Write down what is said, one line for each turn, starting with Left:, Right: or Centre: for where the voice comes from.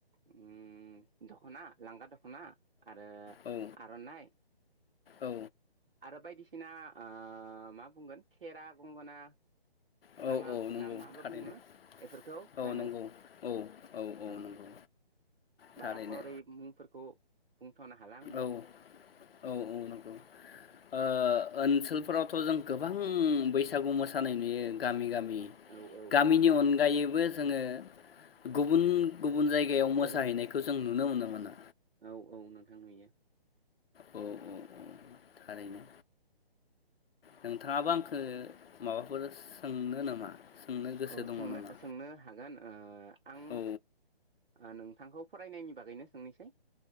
Right: अम दख'ना लांगा दख'ना आरो
Left: औ
Right: आर'नाइ
Left: औ
Right: आरो बायदिसिना ओ मा बुंगोन खेरा गंगोना
Left: औ
Right: ना मा
Left: औ नंगौ
Right: ना माबा
Left: थारैनो
Right: बुङो बेफोरखौ
Left: औ
Right: गानो।
Left: नंगौ औ
Right: औ
Left: नंगौ
Right: औ
Left: थारैनो
Right: बाराथ' ओरै मुंफोरखौ <unintelligible> हाला आंबो
Left: औ औ-औ नंगौ ओ ओन सोलफोरावथ' जों गोबां बैसागु मोसानाय नुयो गामि- गामि
Right: औ औ
Left: गामिनि
Right: नुयो नोंथां
Left: अनगायैबो जोंङो गुबुन गुबुन जायगायाव मोसाहैनायखौ
Right: गुबुन
Left: जों नुनो मोनो मोनो
Right: औ औ नोंथां नुयो
Left: औ औ-औ थारैनो नोंथांङाबो आंखौ माबाफोर सोंनो नामा सोंनो गोसो
Right: औ
Left: दङ
Right: सोंनो
Left: नामा
Right: सोंनो हागोन ओ आं
Left: औ
Right: ओ नोंथांखौ फरायनायनि बागैनो सोंनोसै